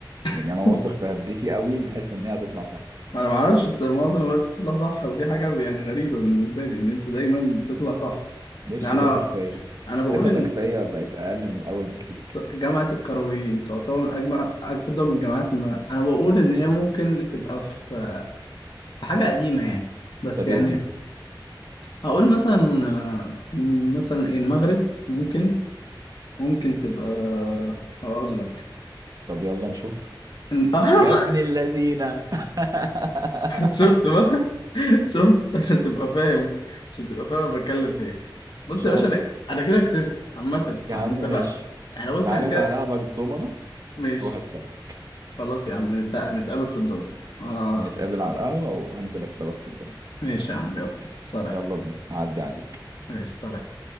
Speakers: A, on the right (about 45°); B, on the left (about 65°).
A: يعني
B: <laughs>
A: أنا واثق في هبدتي قوي لحس إن هي هتطلع صح
B: ما انا معرفش انت معظم الوقت بتطلع صح ودي حاجة يعني غريبة بالنسبة لي ان انت دايما بتطلع صح
A: نفسي
B: يعني انا
A: تثق فيا
B: انا
A: ثقتك
B: بقول ان
A: فيا بقت أقل من الأول بكتير
B: جامعة الكرويين تعتبر من أجمع أقدم الجامعات ما أنا بقول إن هي ممكن تبقى في في حاجة قديمة يعني بس
A: طب
B: يعني
A: اهبد
B: هقول مثلا آه، مثلا ايه المغرب ممكن ممكن تبقى هقول لك
A: طب يلا نشوف
B: <laughs>
A: يا ابن اللذينة <laughs>
B: شفت بقى شفت عشان تبقى فاهم عشان تبقى فاهم أنا بتكلم في ايه بص
A: شاطر
B: يا باشا انا انا
A: شاطر
B: كده كسبت عامة
A: يا
B: احنا
A: عم
B: اتفقنا
A: ماشي
B: احنا بص
A: تعالى
B: احنا كده
A: بقى هلعبك ضمنة
B: ماشي
A: وهكسبك
B: خلاص يا عم نتق- نتقابل في الدنيا آه.
A: نتقابل على القهوة وهنزل اكسبك في الضمنة
B: ماشي يا عم يلا سلام
A: يلا بينا هعدي عليك
B: ماشي سلام